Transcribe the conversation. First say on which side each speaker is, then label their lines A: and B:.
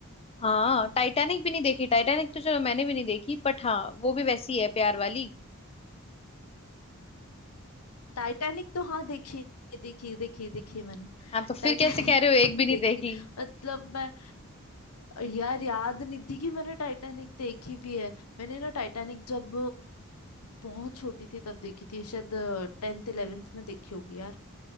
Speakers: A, on the left; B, on the left.
A: हाँ टाइटैनिक भी नहीं देखी टाइटैनिक तो चलो मैंने भी नहीं देखी बट हाँ वो भी वैसी है प्यार वाली
B: टाइटैनिक तो हाँ देखी देखी देखी देखी मैंने
A: आप तो फिर
B: टाइटैनिक
A: कैसे कह रहे हो
B: <laughs>
A: एक भी
B: तो देखी
A: नहीं देखी
B: थी मतलब मैं यार याद नहीं थी कि मैंने टाइटैनिक देखी भी है मैंने ना टाइटैनिक जब बहुत छोटी थी तब देखी थी शायद टेंथ इलेवेंथ में देखी होगी यार